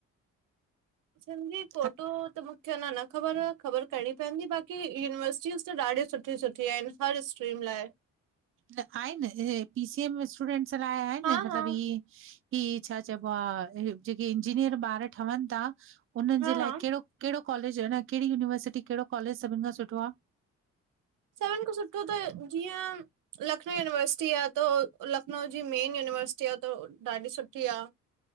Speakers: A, on the right; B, on the right.
A: सिंधी कोटो,
B: अ-
A: त मूंखे न न ख़बर, ख़बर करणी पवंदी बाक़ी यूनिवर्सिटीज़ त ॾाढी सुठी सुठी आहिनि हर स्ट्रीम लाइ
B: त आहिनि इ पीसी एम में स्टूडेंट्स लाइ आहिनि
A: हा
B: मतलबु
A: हा
B: इंअ ही छा चइबो आहे, जेके इंजीनियर ॿार ठहनि था उन्हनि
A: हा
B: जे लाइ
A: हा
B: कहिड़ो कहिड़ो कॉलेज आ कहिड़ी यूनिवर्सिटी कहिड़ो कॉलेज सभिनि खां सुठो आ?
A: सेवन खां सुठो त जीअं लखनऊ यूनिवर्सिटी आ, त लखनऊ जी मेन यूनिवर्सिटी आ, त ॾाढी सुठी आहे।